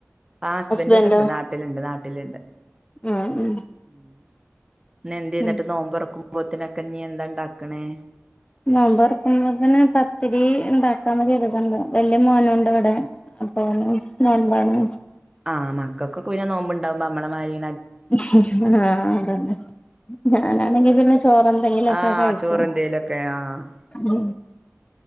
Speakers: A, on the right; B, on the left.
A: ആ ഹസ്ബൻഡ
B: ഹസ്ബൻഡോ
A: ഇവിടെണ്ട് നാട്ടിലുണ്ട് നാട്ടിലുണ്ട്
B: ഉം ഉം
A: ഉം ന എന്തു ചെയന്നിട്ട്
B: ഉം
A: നോമ്പൊറക്കുമ്പോത്തിനൊക്കെ നീ എന്താ ഉണ്ടാക്കണേ
B: മോമ്പ്റക്കുമ്പോ തന്നെ പത്തിരി ഇണ്ടാക്കാന്ന് കരുതണ്ട് വല്ിയ മോനുണ്ട് ഇവിടെ അപ്പ നമ്പാണ്
A: ആ മക്കെ പിെ നോമ്പോുണ്ടാവുമ്പോമ്മമാരി
B: ആഹ അതന്നെ ഞാനാണെങ്കി പിന്നെ ചോറെ എന്തെങ്കിലുംൊക്കെ
A: ആഹ്
B: കഴിക്കും
A: ചോറെന്തേലൊക്കെ ആഹ്
B: ഉ